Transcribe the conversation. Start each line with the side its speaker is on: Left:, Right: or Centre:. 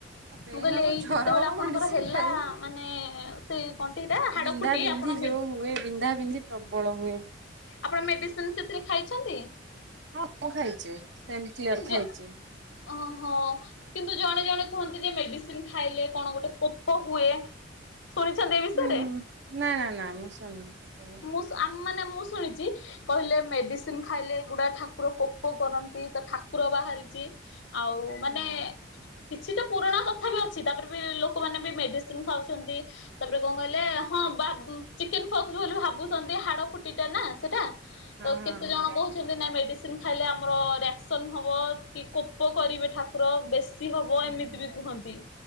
Right: ଆଉ ପେନ୍
Left: ମୁଁ କହିଲି,
Right: ହବ
Left: ଏଇ
Right: ଜର
Left: ଯେତେବେଳେ
Right: ହବ
Left: ଆପଣଙ୍କର
Right: ମେଡିସିନ
Left: ହେଲା,
Right: ଖାଇ
Left: ମାନେ ସେଇ କଣ୍ଠି ଟା ହାଡ
Right: ବିନ୍ଧା
Left: ଫୁଟି
Right: ବିନ୍ଧି
Left: ଆପଣ
Right: ଯୋଉ
Left: ମେ
Right: ହୁଏ ବିନ୍ଧା ବିନ୍ଧି ପ୍ରବଳ ହୁଏ।
Left: ଆପଣ ମେଡିସିନ୍ ସେଥିରେ ଖାଇଛନ୍ତି?
Right: ହଁ ମୁଁ ଖାଇଛି। ପେନ୍ କିଲର
Left: ତେଣ
Right: ଖାଇଛି।
Left: ଯ ଓ ହୋ। କିନ୍ତୁ! ଜଣେ ଜଣେ କୁହନ୍ତି, ଯେ ମେଡିସି ସିନ ଖାଇଲେ କଣ ଗୋଟେ କୋପ ହୁଏ। ଶୁଣିଛନ୍ତି ଏ ବିଷୟରେ?
Right: ହୁଁ, ନା, ନା, ନା ମୁଁ ଶୁଣିନି ସେସବୁ।
Left: ମୁଁ ଆମ ମାନେ ମୁଁ ଶୁଣିଚି କହିଲେ ମେଡିସିନ ଖାଇଲେ, ଗୁଡା ଠା କୁର କୋପ କରନ୍ତି। ତ ଠାକୁର ବାହାରି ଚି, ଆଉ ମାନେ
Right: ହଁ।
Left: କିଛି ତ ପୁରୁଣା କଥା ବି ଅଛି। ତାପରେ ବି ଲୋ ଲୋକମାନେ ବି ମେଡିସିନ ଖାଉଛନ୍ତି। ତାପରେ କଣ କହିଲେ, ହଁ ବା ଚିକେନ୍ ଫକ୍ସ ବୋଲି ଭାବୁସନ୍ତି। ହାଡ ଫୁଟିଟା ନା ସେଟା ତ
Right: ହଁ
Left: କେତେ ଜଣ
Right: ହଁ।
Left: କହୁଛନ୍ତି। ନା ମେଡିସିନ ଖାଇଲେ ଆମର ରିଆକ କୀର୍ତ୍ତନ ହବ କି କୋପ କରିବେ ଠାକୁର ବେଶୀ ହବ
Right: ହଁ
Left: ଏମିତି
Right: ହଁ
Left: ବି କୁହନ୍ତି।